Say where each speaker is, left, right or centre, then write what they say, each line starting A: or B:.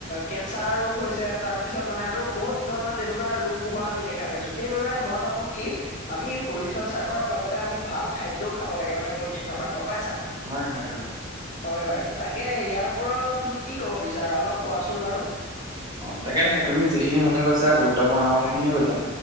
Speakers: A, on the left; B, on the right.
A: কেঞ্চাৰ ৰোগ হৈছে তাৰ পিছত মানে আৰু বহুত ধৰণৰ তেনেকোৱা ৰোগ হোৱা আমি দেখা পাইছো সেইবাবে মই ভাবো কি আমি শৰীৰ চৰ্চা কৰাৰ লগতে আমি ভাল খাদ্যও খাব লাগে মানে প্ৰটিন থকা গম পাইছা?
B: হয়-হয় অ।
A: হয় -হয় তাকে ইয়াৰ ওপৰত তুমি কি ক'ব বিচাৰা অলপ কোৱাচোন বাৰু?
B: অ, তাকে -তাকে তুমি যিখিনি কথা কৈছা গুৰুত্বপূৰ্ণ কথাখিনি কৈছা